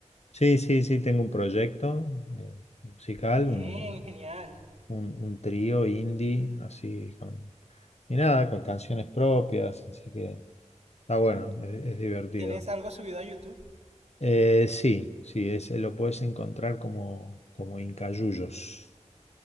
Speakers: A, on the left; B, on the right.
A: Sí, sí, sí, tengo un proyecto eh, musical,
B: Bien,
A: un,
B: genial.
A: un, un trío indie, así, con, y nada, con canciones propias, así que está bueno, es, es divertido.
B: ¿Tienes algo subido a YouTube?
A: Eh, sí, sí, es, eh, lo puedes encontrar como, como Incayullos,